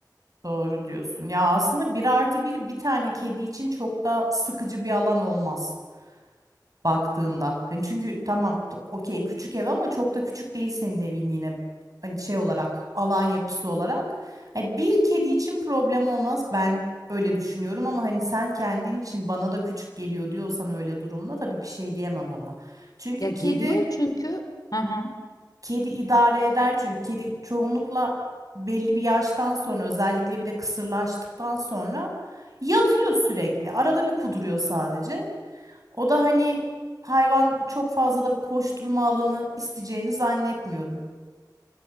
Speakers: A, on the right; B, on the left.
A: Doğru diyorsun. Ya aslında bir artı bir bir tane kedi için çok da sıkıcı bir alan olmaz baktığında. Hani çünkü tamam t- okey küçük ev ama çok da küçük değil senin evin yine hani şey olarak alan yapısı olarak. Hani bir kedi için problem olmaz ben öyle düşünüyorum ama hani sen kendin için bana da küçük geliyor diyorsan öyle durumda tabii bir şey diyemem ona. Çünkü
B: Ya geliyor
A: kedi
B: çünkü. Hı hı.
A: Kedi idare eder çünkü kedi çoğunlukla belli bir yaştan sonra özellikle bir de kısırlaştıktan sonra yatıyor sürekli. Arada bir kuduruyor sadece. O da hani hayvan çok fazla da bir koşturma alanı isteyeceğini zannetmiyorum.